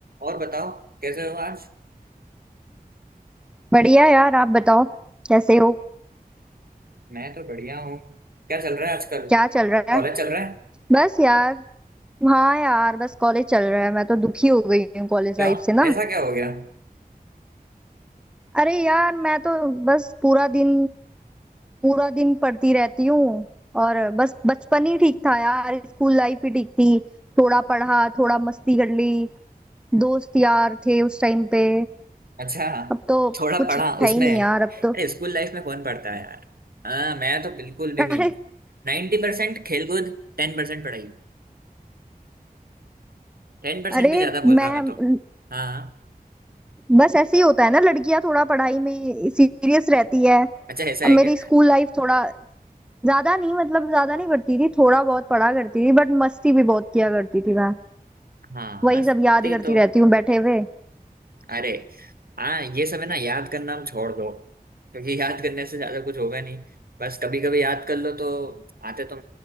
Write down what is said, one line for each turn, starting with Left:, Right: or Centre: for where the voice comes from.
Right: और बताओ कैसे हो आज
Centre: बढ़िया यार आप बताओ कैसे हो
Right: मैं तो बढ़िया हूँ क्या चल रहा है आजकल
Centre: क्या चल रहा
Right: कॉलेज
Centre: है
Right: चल रहा है
Centre: बस यार हाँ यार बस कॉलेज चल रहा है मैं तो दुखी हो गई हूँ कॉलेज
Right: क्यों
Centre: लाइफ से ना
Right: ऐसा क्या हो गया
Centre: अरे यार मैं तो बस पूरा दिन पूरा दिन पढ़ती रहती हूँ और बस बचपन ही ठीक था यार स्कूल लाइफ ही ठीक थी थोड़ा पढ़ा थोड़ा मस्ती कर ली दोस्त यार थे उस टाइम पे
Right: अच्छा
Centre: अब तो
Right: थोड़ा
Centre: कुछ
Right: पढ़ा
Centre: है
Right: उसमें
Centre: ही नहीं
Right: अरे
Centre: यार अब तो
Right: स्कूल लाइफ में कौन पढ़ता है यार हाँ मैं तो बिल्कुल भी
Centre: <laughs> अरे
Right: नहीं 90% परसेंट खेल कूद टेन परसेंट पढ़ाई टेन परसेंट
Centre: अरे
Right: भी ज्यादा बोल
Centre: मैं
Right: रहा मैं तो हाँ हाँ
Centre: बस ऐसे ही होता है ना लड़कियां थोड़ा पढ़ाई में सीरियस रहती है
Right: अच्छा ऐसा
Centre: अब
Right: है
Centre: मेरी
Right: क्या
Centre: स्कूल लाइफ थोड़ा ज्यादा नहीं मतलब ज्यादा नहीं पढ़ती थी थोड़ा बहुत पढ़ा करती थी बट मस्ती भी बहुत किया करती थी मैं
Right: हाँ
Centre: वही
Right: मस्ती
Centre: सब याद करती
Right: तो
Centre: रहती हूँ बैठे हुए
Right: अरे हाँ ये समय ना याद करना हम छोड़ दो क्योंकि याद करने से ज्यादा कुछ होगा नहीं बस कभी कभी याद कर लो तो आते तो